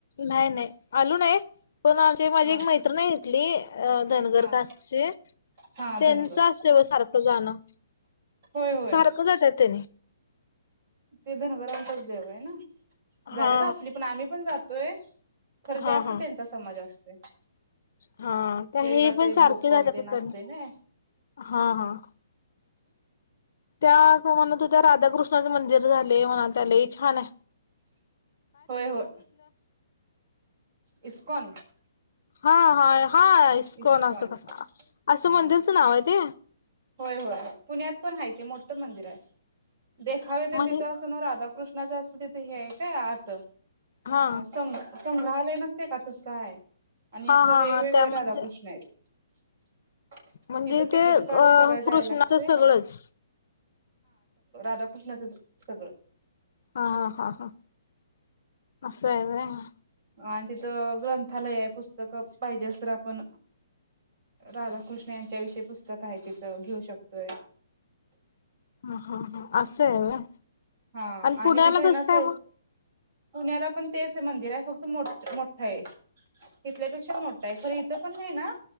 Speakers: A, on the left (about 60°); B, on the right (about 40°).
A: नाही नाही आलो नाही. पण आमची माझी
B: हा
A: एक मैत्रिण हाय तिथली धनगर
B: हा
A: कास्टची.
B: हा
A: त्यांच
B: धनगर
A: असतय बघ सारखं जाणं
B: होय होय
A: सारखं जात्यात तेनी.
B: ते धनगरांचच देव आहे ना, जात्यात
A: हा
B: आपली पण आम्ही पण जातोय. खरं जास्त
A: हा हा
B: त्यांचा समाज असतोय.
A: हा तर
B: तेला
A: हे पण
B: ते
A: सारखे
B: बोकड
A: जात्यात
B: ते नाचते
A: उच
B: ना
A: हा हां त्या काकू म्हनत होत्या राधाकृष्णाचं मंदिर झालय म्हनालत्या लय छान हाय.
B: होय, होय. इस्कॉन
A: हा हा हा इस्कोन
B: इस्कॉन
A: असं कसं आसं
B: हा
A: मंदिरचं नाव हाय ते?
B: होय होय पुण्यात पण आहे ते मोठं मंदिर हाय. देखावे तेन
A: म्हणजे
B: तिथं अस ना राधाकृष्ण च असं तिथे हे हाय काय आत अ
A: हा
B: सं संग्रालय नसते का तसयं आणि
A: हा
B: आसं
A: हा
B: वेगवेगळं
A: हा त्या म्हणजे
B: राधाकृष्ण आहेत. <inaudible>
A: म्हणजे
B: तिथं तिकीट
A: ते अ
B: काढून बघाय जायला
A: कृष्णाचं
B: लागते
A: सगळंच.
B: कृष्णाचं सगळं
A: हा हा हा आसं हाय होय हे
B: आणि तिथं अं ग्रंथालय हाय पुस्तकं पाहिजेस तर आपण राधाकृष्ण यांच्या विषयी पुस्तक आहे तिथं घेऊ शकतोय.
A: हा हा हा असं हाय व्हय.
B: हा आणि
A: पुण्याला
B: तिथं आहे
A: कसं
B: नसतय.
A: काय मग
B: पुण्याला पण तेच मंदिर हाय. फक्त मोठ मोठं आहे. इथल्यापेक्षा मोठं आहे, खर इथं पण आहे ना